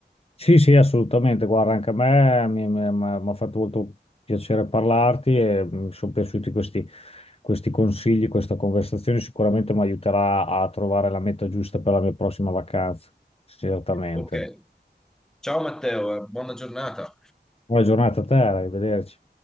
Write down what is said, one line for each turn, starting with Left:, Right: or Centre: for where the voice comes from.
Left: Sì, sì, assolutamente. Guarda, anche a me mi mi- mi ha fatto molto piacere parlarti e mm, mi sono piaciuti questi, questi consigli, questa conversazione. Sicuramente mi aiuterà a trovare la meta giusta per la mia prossima vacanza. Certamente.
Centre: Ok, ciao Matteo, eh, buona giornata.
Left: Buona giornata a te, arrivederci.